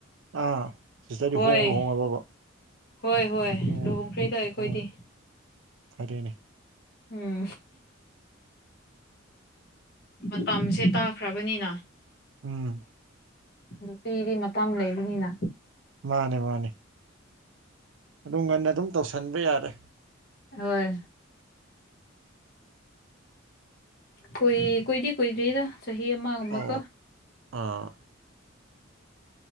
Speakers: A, on the right; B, on the left.
A: ꯑꯥ ꯁꯤꯁꯇꯔꯗꯤ
B: ꯍꯣꯏ
A: ꯍꯣꯡ ꯂꯨꯍꯣꯡꯉꯕꯕ
B: ꯍꯣꯏ ꯍꯣꯏ
A: ꯑꯣ
B: ꯂꯨꯍꯣꯡꯈ꯭ꯔꯦꯗ ꯑꯩꯈꯣꯏꯗꯤ
A: ꯑꯣ ꯐꯔꯦꯅꯦ
B: ꯎꯝ ꯃꯇꯝꯁꯦ ꯇꯥꯈ꯭ꯔꯕꯅꯤꯅ
A: ꯑꯥ
B: ꯅꯨꯄꯤꯗꯤ ꯃꯇꯝ ꯂꯩꯕꯅꯤꯅ
A: ꯃꯥꯅꯦ ꯃꯥꯅꯦ ꯑꯗꯨ ꯉꯟꯅ ꯑꯗꯨꯝ ꯇꯧꯁꯟꯕ ꯌꯥꯔꯦ
B: ꯍꯣꯏ ꯀꯨꯏ ꯀꯨꯏꯗꯤ ꯀꯨꯏꯗ꯭ꯔꯤꯗ ꯆꯍꯤ ꯑꯃꯒꯨꯝꯔ
A: ꯑꯣ
B: ꯀꯣ
A: ꯑꯥ